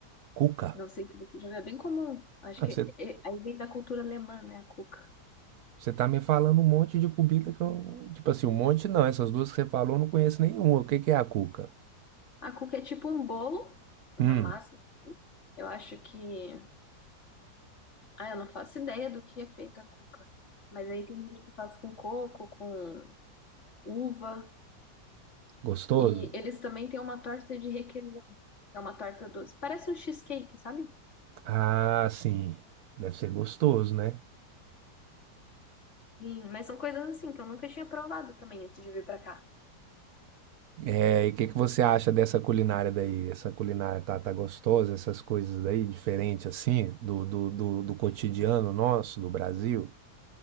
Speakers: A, on the right; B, on the left.
A: Cuca?
B: Não sei se você já viu, é bem comum. Acho
A: Ah,
B: que
A: você,
B: é- é- aí vem da cultura alemã, né, a cuca.
A: você tá me falando um monte de comida que eu. Tipo assim, um monte não. Essas duas que você falou eu não conheço nenhuma. O que que é a cuca?
B: A cuca é tipo um bolo, uma
A: Hum,
B: massa. Eu acho que. Ah, eu não faço ideia do que é feita a cuca. Mas aí tem gente que faz com coco, com uva.
A: gostoso?
B: E eles também têm uma torta de requeijão, que é uma torta doce. Parece um cheesecake, sabe?
A: Ah, sim. Deve ser gostoso, né?
B: Sim, mas são coisas assim que eu nunca tinha provado também antes de vir pra cá.
A: É, e o que que você acha dessa culinária daí? Essa culinária tá, tá gostosa, essas coisas daí, diferente assim, do, do, do, do cotidiano nosso, do Brasil?